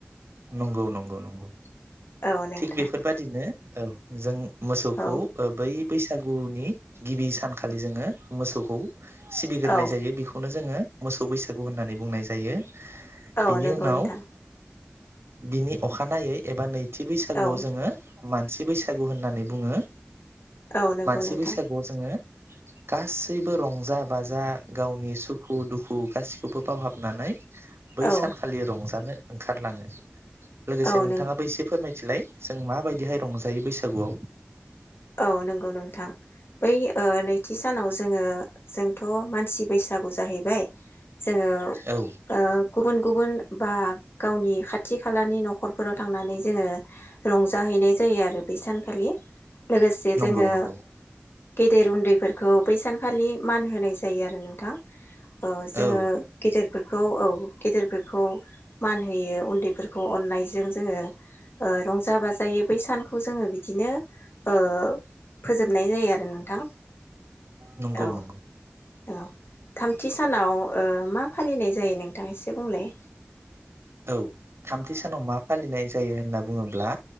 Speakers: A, on the right; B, on the left.
A: नंगौ नंगौ नंगौ।
B: औ नोंथां
A: थिग बेफोरबादिनो औ जों। मोसौखौ
B: औ
A: ओ बै बैसागुनि गिबि सानखालि जोङो मोसौखौ सिबिगोरनाय
B: औ
A: जायो बेखौनो जोङो मोसौ बैसागु होननानै बुंनाय जायो।
B: औ
A: बिनि
B: नंगौ
A: उनाव
B: नोंथां।
A: बिनि अखानायै एबा नैथि बैसागुआव
B: औ
A: जोङो मानसि बैसागु होननानै बुङो।
B: औ नंगौ
A: मानसि
B: नोंथां
A: बैसागुआव जोङो गासैबो रंजा बाजा गावनि सुखु- दुखु गासिखौबो बावहाबनानै बै
B: औ
A: सान रंजानो ओंखारलाङो। लोगोसे
B: औ
A: नोंथाङाबो
B: नों
A: एसे फोरमायथिलाय? जों माबायदिहाय रंजायो बैसागुआव?
B: औ नंगौ नोंथां बै ओ नैथि सानाव जोङो जोंथ' मानसि बैसागु जाहैबाय। जोङो
A: औ
B: ओ गुबुन गुब गुबुन बा गावनि खाथि खालानि न'खरफोराव थांनानै जोङो रंजाहैनाय जायो आरो बै सानखालि लोगोसे
A: नंगौ
B: जोङो।
A: नंगौ
B: गेदेर उन्दैफोरखौ बैसानखालि मान होनाय जायो आरो नोंथां। ओ जोङो
A: औ
B: गिदिर फोरखौ औ गेदेरफोरखौ मान होयो उन्दैफोरखौ अननायजों जोंङो रंजा बाजायो बै सानखौ जोङो बिदिनो ओ फोजोबनाय जायो आरो नोंथां।
A: नंगौ
B: औ
A: नंगौ।
B: औ थामथि सानाव ओ मा फालिनाय जायो नोंथाङ? एसे बुंलाय।
A: औ थामथि सानाव मा फालिनाय जायो होनना बुंङोब्ला